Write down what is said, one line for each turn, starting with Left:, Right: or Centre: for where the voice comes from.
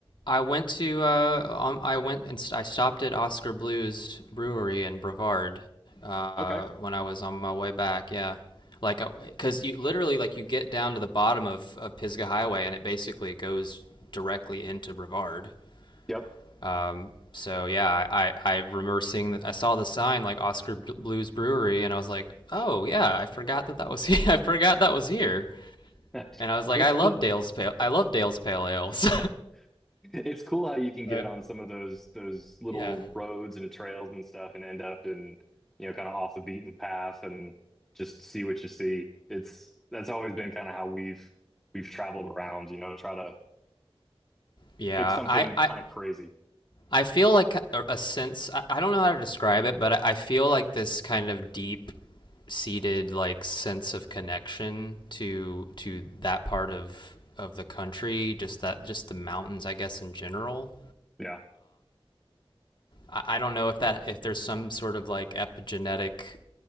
Left: I went to uh, um, I went and st- I stopped at Oscar Blues Brewery in Brevard uh,
Centre: Okay.
Left: when I was on my way back. Yeah, like because you literally like you get down to the bottom of, of Pisgah Highway and it basically goes directly into Brevard.
Centre: Yep.
Left: Um, so yeah, I, I, I remember seeing that I saw the sign like Oscar Blues Brewery and I was like, oh yeah, I forgot that that was here. <laughs> I forgot that was here.
Centre: <laughs>
Left: And I was like,
Centre: It's
Left: I love
Centre: cool.
Left: Dale's pale I love Dale's pale ales.
Centre: <laughs> It's cool how you can
Left: <laughs>
Centre: get on some of those those little
Left: yeah.
Centre: roads and trails and stuff and end up in, you know, kind of off the beaten path and just see what you see. It's that's always been kind of how we've we've traveled around, you know, try to
Left: Yeah,
Centre: pick something
Left: I, I,
Centre: kind of crazy.
Left: I feel like a, a sense. I, I don't know how to describe it, but I, I feel like this kind of deep seated like sense of connection to to that part of of the country. Just that, just the mountains, I guess, in general.
Centre: Yeah.
Left: I don't know if that if there's some sort of like epigenetic